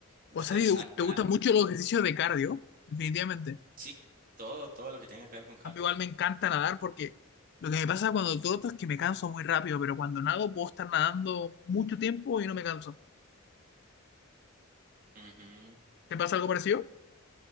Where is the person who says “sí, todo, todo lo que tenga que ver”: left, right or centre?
Right